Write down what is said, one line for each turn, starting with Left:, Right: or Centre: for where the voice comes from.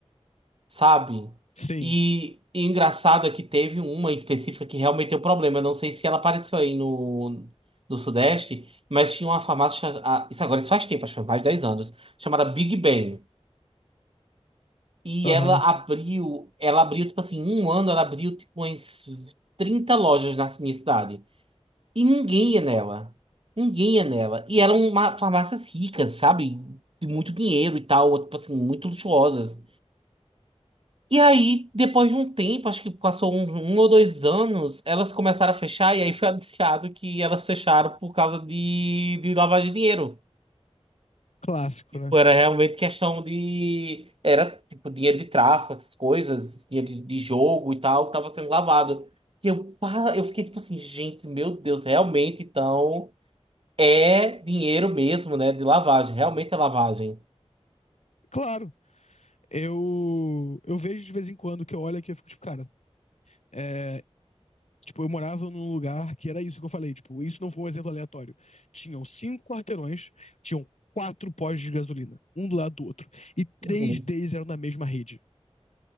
Right: sabe?
Left: Sim.
Right: E, e engraçado é que teve uma específica que realmente deu problema. Eu não sei se ela apareceu aí no, no Sudeste, mas tinha uma farmácia, ah, isso agora isso faz tempo, acho que faz mais de 10 anos, chamada Big Ben. E
Left: Aham.
Right: ela abriu, ela abriu, tipo assim, em um ano ela abriu tipo umas 30 lojas na minha cidade. E ninguém ia nela. Ninguém ia nela. E eram uma- farmácias ricas, sabe? De muito dinheiro e tal, tipo assim, muito luxuosas. E aí, depois de um tempo, acho que passou um, um ou dois anos, elas começaram a fechar, e aí foi anunciado que elas fecharam por causa de, de lavagem de dinheiro.
Left: Clássico,
Right: Tipo,
Left: né?
Right: era realmente questão de. Era tipo dinheiro de tráfico, essas coisas, dinheiro de de jogo e tal, que tava sendo lavado. E eu, pá, eu fiquei tipo assim, gente, meu Deus, realmente então é dinheiro mesmo, né? De lavagem, realmente é lavagem.
Left: Claro. Eu, eu vejo de vez em quando que eu olho aqui e fico tipo, cara, é, tipo, eu morava num lugar que era isso que eu falei, tipo, isso não foi um exemplo aleatório. Tinham cinco quarteirões, tinham quatro postos de gasolina, um do lado do outro, e três
Right: Uhum.
Left: deles eram da mesma rede,